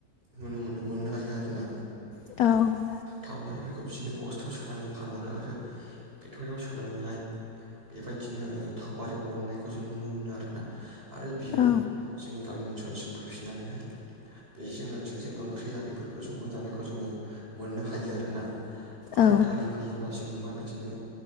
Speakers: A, on the right; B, on the left.
A: नुनो मोनो मोननो हायो आरोना।
B: औ
A: थाव आरिफोरखौ बिदिनो बस्थायाव सोनानै फानहरो आरो फेक्टरियाव सोनानैहाय बेबायदिनो थाव आरि बरननायखौ जों नुनो मोनो आरोना। आरो बियोनो
B: औ
A: जोंनि गामि ओनसोलसिम फैफिननानैहाय बेजों लोगोसे जों ओंख्रि आरिफोरखौ संनानै जानायखौ जोङो मोननो हायो आरोना आरो
B: औ
A: दालि फैयोबा जोङो मा बिदिनो